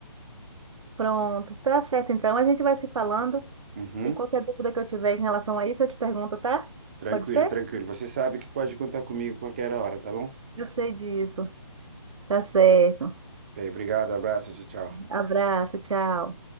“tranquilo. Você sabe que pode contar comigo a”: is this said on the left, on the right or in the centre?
Right